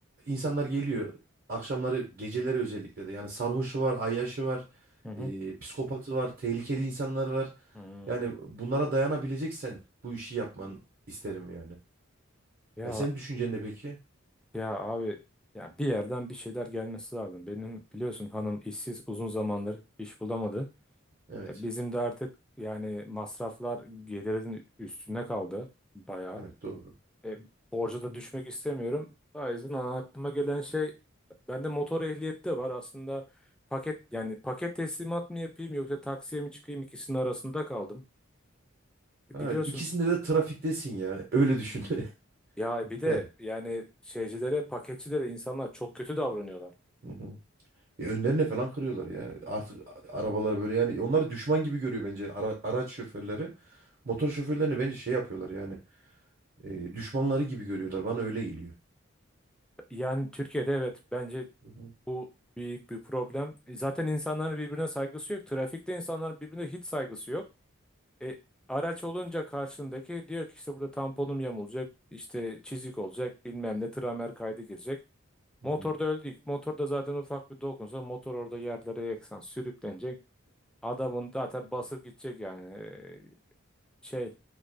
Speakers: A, on the right; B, in the centre.
A: insanlar geliyor. Akşamları, geceleri özellikle de. Yani sarhoşu var, ayyaşı var,
B: Hı hı.
A: eee, psikopatı var, tehlikeli insanlar var.
B: Hmm.
A: Yani bunlara dayanabileceksen bu işi yapman isterim yani.
B: Ya
A: Ya senin düşüncen ne peki?
B: ya abi ya bir yerden bir şeyler gelmesi lazım. Benim biliyorsun hanım işsiz uzun zamandır iş bulamadı.
A: Evet.
B: E, bizim de artık yani masraflar gelirin üstüne kaldı bayağı.
A: Evet doğru.
B: E, borca da düşmek istemiyorum. O yüzden aklıma gelen şey bende motor ehliyeti de var. Aslında paket yani paket teslimat mı yapayım yoksa taksiye mi çıkayım ikisinin arasında kaldım. E,
A: Ha,
B: Biliyorsun
A: ikisinde de trafiktesin ya. Öyle düşün.
B: Hmm.
A: <laughs>
B: ya bir de
A: Yani.
B: yani şeycilere, paketçilere insanlar çok kötü davranıyorlar.
A: Hı hı. Ya önlerine falan kırıyorlar ya. Artık a- arabaları böyle yani onlar düşman gibi görüyor bence ara- araç şoförleri. Motor şoförlerini bence şey yapıyorlar yani. e, düşmanları gibi görüyorlar. Bana öyle geliyor.
B: Yani Türkiye'de evet bence
A: Hı hı,
B: bu büyük bir problem. E, Zaten insanların birbirine saygısı yok. Trafikte insanların birbirine hiç saygısı yok. E, araç olunca karşındaki diyor ki işte burada tamponum yamulacak, işte çizik olacak, bilmem ne tramer kaydı girecek.
A: hı
B: Motorda
A: hı.
B: öldü. Motorda zaten ufak bir dokunsa motor orada yerlere yeksan sürüklenecek. Adamın zaten basıp gidecek yani. E, şey,